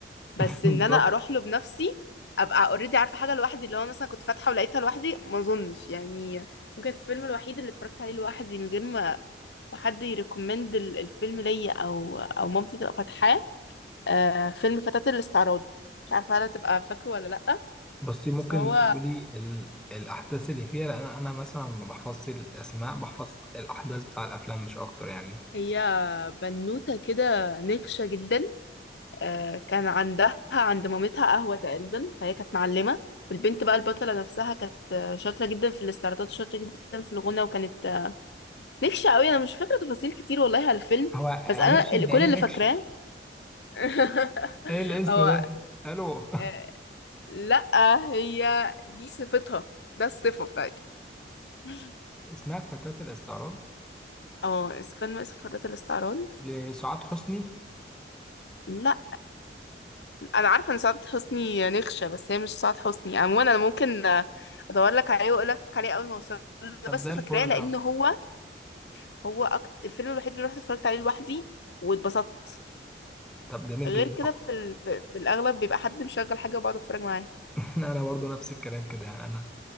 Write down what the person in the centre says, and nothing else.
<laughs>
بالظبط
بصي ممكن
تقولي ال... الأحداث اللي فيها لأن أنا مثلا ما بحفظش الأسماء بحفظ الأحداث بتاع الأفلام مش أكتر يعني
هو معلش
يعني
إيه نكشة؟
إيه الاسم
ده؟ ألو
<laughs> اسمها فتاة الاستعراض
لسعاد حسني
طب
زي
الفل
أوي
طب جميل
جدا
<laughs> انا برضو نفس الكلام كده يعني انا